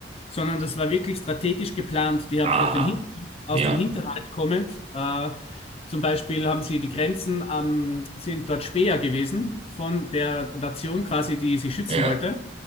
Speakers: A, on the left; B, on the right.
A: sondern
B: so,
A: das war wirklich strategisch geplant. Die haben
B: Aha.
A: aus, den Hin aus
B: Ja,
A: dem Hinterhalt kommend, äh, zum Beispiel haben sie die Grenzen, am- sind dort Späher gewesen von der Nation quasi, die sie schützen
B: ja.
A: wollte.